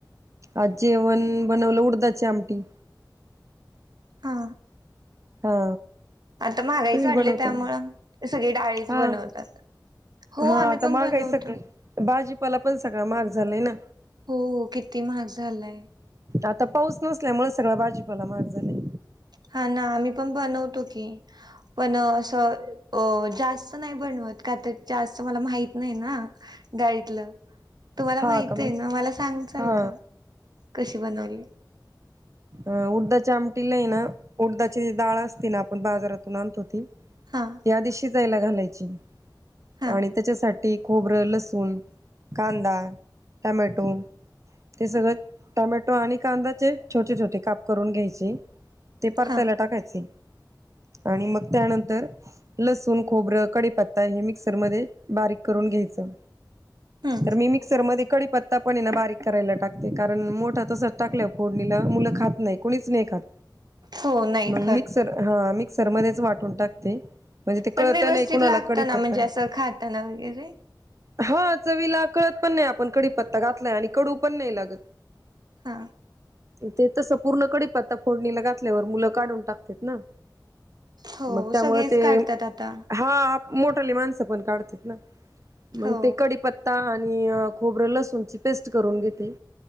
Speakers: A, on the right (about 45°); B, on the right (about 65°).
A: आज जेवण बनवलं उडदाची आमटी
B: हा
A: हा
B: आता महागाईच
A: तुम्ही
B: वाढली
A: बनवता
B: त्यामुं सगळी डाळीच
A: हा
B: बनवतात. हो
A: हा
B: आम्ही
A: आता
B: पण
A: महागाई
B: बनवतो
A: आहे सगळ भाजीपाला पण सगळां मग झालाय ना.
B: हो किती महाग झालाय
A: आता पाऊस नसल्या मु सगळ्या भाजीपाला महाग झाले.
B: हा ना आम्ही पण बनवतो की पण असं जास्त नाही बनव का तर जास्त मला माहत नाही ना डाळीतलं तुम्हाला
A: हा
B: माहित
A: का मग
B: आहे ना मला सांग
A: हा
B: ल का कशी बनवली?
A: अं उडदाच्या आमटीला आहे ना उडदााची डाळ असते ना आपण बाजारातून आणतो ती त्या
B: हा
A: आधी शिजायला घालायची
B: हा
A: आणि त्याच्यासाठी खोबरं लसूण कांदा टमॅटो ते सगळं टमॅटो आणि कांदाचे छोटे छोटे काप करून घ्यायचे ते परतायला
B: हा
A: टाकायचे आणि मग त्यानंतर लसूण खोबरं कडीपत्ता हे मिक्सर मध्ये बारीक करून घ्यायचं
B: हम्म
A: तर मी मिक्स र मध्ये कडी पत्ता पन बारीक करायला टाकते कारण मोठा तसच टाकलंना मुल खात नाहीत मीच नाही खात
B: हो नाही
A: मग
B: खत
A: मिक्सर हा मिक्सर मध्येच वाटुन टाकते म्हणजे ते
B: पण
A: कळत
B: व्यवस्थित
A: नाही कुणाला
B: लागताना
A: कडी पत्ता
B: म्हणजे
A: आहे
B: असं खाताना वगैरे
A: हा चवीला कळत पण नाही आपण कडीपत्ता घातलाय आणि कडू पण नाही लागत
B: हा
A: ते तसं पूर्ण कडी प आता फोडणीला घातल्यावर मुलं काढून टाकत ना
B: हो
A: मग त्यामुळ
B: सगळेच
A: ते
B: काढतात आता
A: हा मोठली माणसं पण काढतात ना मग
B: हो
A: ते कडीपत्ता -- खोबर लसूणची पेस्ट करून घेते.